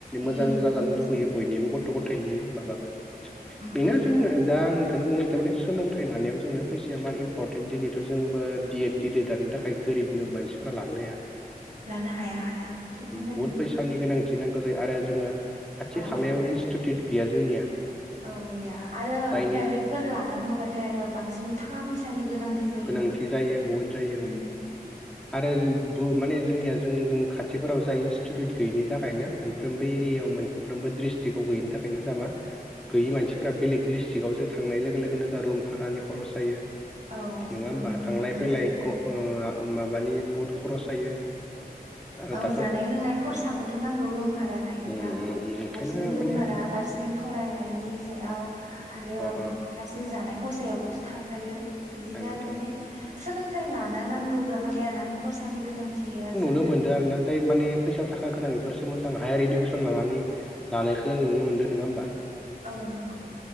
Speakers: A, on the right (about 50°); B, in the centre.
A: उम
B: मोजां जाजानो लुगैयो बयनिबो गथ गथायनि माबाफ्रा। बेना
A: उम उम
B: जोंनो दा आं खोनो बुंनो नागेरदों माने। सोलोंथाइ लानायाव जोंनो फैसाया मार इम्परटेन दिनैथ जोंबो B Ed D El Ed लानो थाखाय गोरिब नो मान फ्रा लानो हाया
A: लानो हाया हाया थिगखौनो
B: ओ
A: होनदों
B: बहुत फैसानि गोनां थिनांगौ जायो आरो जोङो खाथि
A: औ
B: खालायाव इनस्टिटिउट गैया जोंनिया।
A: औ गैया आरो
B: जायनि
A: प्राइभेटफोर लानांगौबाथाय आरो बांसिन थाखा फैसानि गोनां। जायो
B: गोनांथि जायो बहुद जायो
A: ओं।
B: आरो जेबबो माने जोंनिया जों जों खाथिफोराव जाय इनस्टिटिउट गैयिनि थाखायनो मोनफ्रोमबे बेयाव मोनफ्रोमबो ड्रिस्टिकआव गैयैनि थाखायनो जा मा गैयै मानसिफ्रा बेलेग डिस्ट्रिकआव जों थांनाय लोगो लोगोनो जा रुम भारानि खरस जायो
A: औ थिगखौनो
B: नोङा होमबा
A: होनदों
B: थांलाय
A: नोंथाङा
B: फैलाय
A: औ
B: ख ओ। अ माबानि बहुत खरस जायो। आरो
A: औ
B: दाथ'
A: जानाय लोंनाय खरसाबोथ नांगौ रुम भारा थायोब्ला।
B: ओंखायनो
A: फारसिथिं रुम
B: माने
A: भारा
B: अ
A: फारसिथिं फराय। नायनि सायाव आरो
B: अ
A: फारसेथिं जानाय खरसायावबोथ थांखायो। बिदिनो
B: थाङो
A: आरो
B: थाङो
A: माने
B: थाङो
A: सोलोंथाइ लाना नांगौब्ला माने रां खरसानि गोनांथिया जा।
B: नों मोनदो आरो ना जाय माने फैसा थाखा गोनां। फोरसो मोजां हायार इदुकेसन लानानै लानायखो नुनो मोनदो नङा होमबा।
A: औ नंगौ।